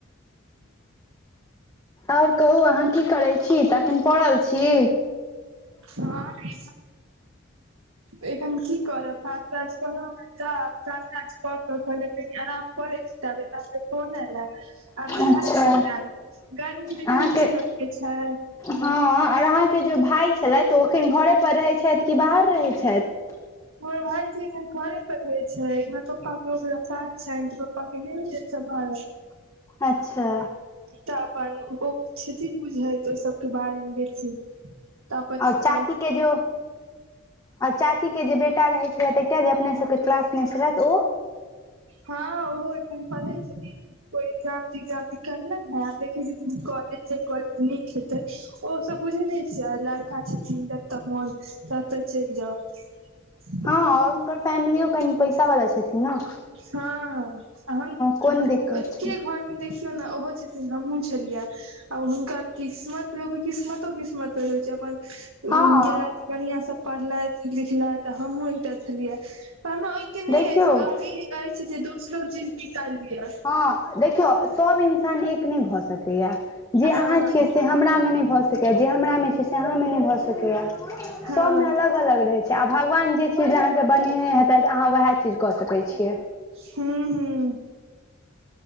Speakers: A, on the left; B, on the right.
A: आओर कहू अहाँ की करै छी तखन पड़ल छी।
B: हँ ए एखन की करब <unintelligible> सब काज कऽ क कहलियै कनि आराम कऽ लै छी ताबेत आहाँ के फोन ऐला। आब नहएब
A: अच्छा
B: सुनएब गर्मी देखैनैय
A: अहाँके
B: छीयाय कते छाय
A: हँ आर अहाँके जे भाय छलथि ओ अखन घरे पर रहै छथि कि बाहर रहै छथि।
B: हमर भायजी एखन घरे पर रहै छै इमहर पापा के उबला काज छनि तऽ पपा के नय होय छैन सम्हारत।
A: अच्छा।
B: तऽ अपन ओ <unintelligible> बुझैत ओ सबके बारेमे बेसी तऽ। अपन
A: आ
B: ओता
A: चाची के जे ओ। आ चाचीके जे बेटा रहैत छलथि एकटा जे अपनेसबके क्लासमे छलथि ओ।
B: हँ ओहो एखन पढ़ै छथिन। ओ एग्जाम तिग्जाम निकललै है देखै छथीन त कॉलेज जा कॉलेज नी खेतै ओ सब बुझे नै छियाय लड़का। छथीन जतऽ मोन तऽ त चलि जाउ।
A: हँ आओर हुनकर फैमिलियो कनि पैसा वाला छथिन न।
B: हँ अहन
A: कोन दिक्कत
B: एक्के
A: छै
B: घरमे देखि यौ ने ओहो छथिन हमहुँ छलिया आ हुनकर किस्मत लोकक किस्मतो किस्मत पर होइत छै अपन
A: हँ
B: गेलथि बढ़िया स पढ़लथि लिखलथि हमहुँ एकटा छलिया पर हमरा ओहिके नय
A: देखियौ
B: अछि आब ई अछि जे दोसरो चीज निकाइल लिय
A: हं देखियौ सब इन्सान एक नय भऽ सकैया जे
B: हँ
A: अहाँ छियै से से हमरा मे नय भऽ सकैया जे हमरा मे छै से अहाँ मे नय भऽ सकैया
B: हँ
A: सबमे अलग अलग रहै छै आ भगवान जे चीज ले अहाँकेँ बनेने हेतैथ अहाँ वएह चीज कऽ सकै छियै
B: हूं हूं